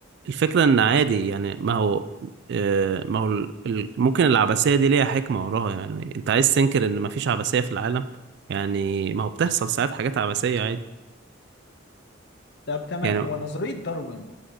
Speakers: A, on the right; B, on the left.
A: الفكرة ان عادي يعني ما هو آه، ما هو ال- ال- ممكن العبثية دي ليها حكمة وراها يعني انت عايز تنكر ان ما فيش عبثية في العالم يعني ما هو بتحصل ساعات حاجات عبثية عادي
B: طب تمام
A: يعني
B: هو نظرية داروين